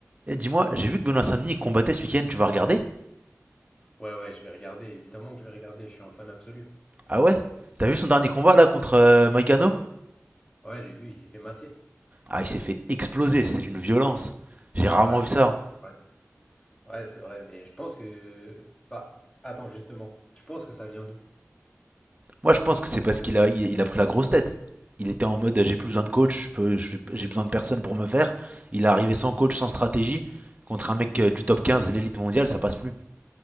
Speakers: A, on the right (about 30°); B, on the left (about 15°).
A: Et dis-moi, j'ai vu que Benoît Saint-Denis combattait ce week-end, tu vas regarder?
B: Ouais, ouais, je vais regarder, évidemment que je vais regarder, je suis un fan absolu.
A: Ah ouais? T'as vu son dernier combat là contre euh, Moïcano?
B: Ouais, j'ai vu, il s'est fait masser.
A: Ah, il s'est fait exploser, c'était une violence. J'ai rarement
B: Ouais,
A: vu
B: c'est
A: ça. hein.
B: ouais. Ouais, c'est vrai, mais je pense que... Bah, attends, justement, tu penses que ça vient d'où?
A: Moi, je pense que c'est parce qu'il a, il, il a pris la grosse tête. Il était en mode j'ai plus besoin de coach, je peux- je- j'ai besoin de personne pour me faire. Il est arrivé sans coach, sans stratégie, contre un mec euh, du top 15, l'élite mondiale, ça passe plus.